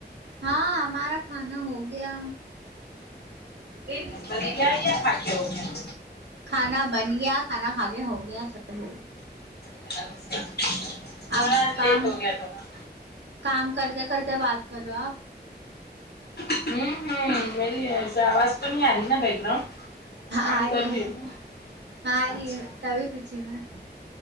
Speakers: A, on the right; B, on the left.
A: ہاں ہمارا کھانا ہو گیا دیکھی
B: بن
A: دیکھنا
B: گیا یا کھا کے ہو گیا
A: کھانا بن گیا کھانا کھا کے ہو گیا سب
B: اچھا ہمارا
A: آپ کام
B: لیٹ ہو گیا تھوڑا
A: کام کرتے کرتے بات کر رہے آپ
B: ہوں ہوں میری آواز تو نہیں آ رہی نا بیک گراؤنڈ کام
A: آ
B: کر رہی
A: ہے
B: ہو
A: آ رہی
B: اچھا
A: ہے تبھی پوچھی میں